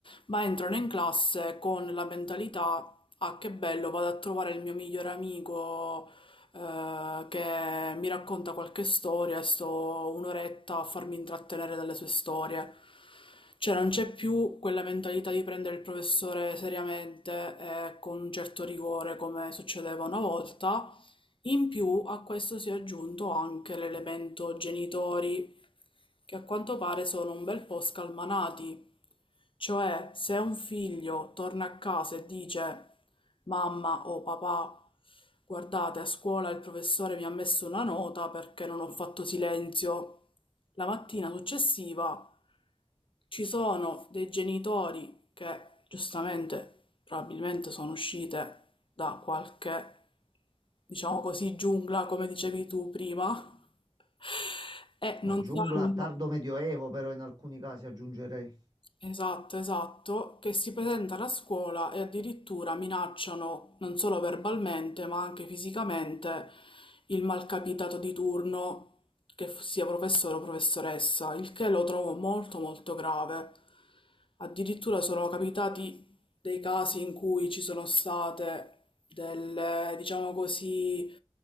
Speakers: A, on the left; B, on the right.
A: ma entrano in classe con la mentalità, ah che bello, vado a trovare il mio migliore amico eh, che mi racconta qualche storia e sto un'oretta a farmi intrattenere dalle sue storie. Cioè non c'è più quella mentalità di prendere il professore seriamente e con un certo rigore come succedeva una volta. In più a questo si è aggiunto anche l'elemento genitori che a quanto pare sono un bel po' scalmanati. Cioè, se un figlio torna a casa e dice mamma o papà, guardate, a scuola il professore mi ha messo una nota perché non ho fatto silenzio. La mattina successiva ci sono dei genitori che giustamente probabilmente sono uscite da qualche, diciamo così, giungla, come dicevi tu prima, <laughs> e non
B: ma giungla
A: sanno
B: tardo medioevo però in alcuni casi aggiungerei.
A: Esatto, esatto, che si presentano a scuola e addirittura minacciano non solo verbalmente, ma anche fisicamente il malcapitato di turno, che f- sia professore o professoressa, il che lo trovo molto molto grave. Addirittura sono capitati dei casi in cui ci sono state delle, diciamo così,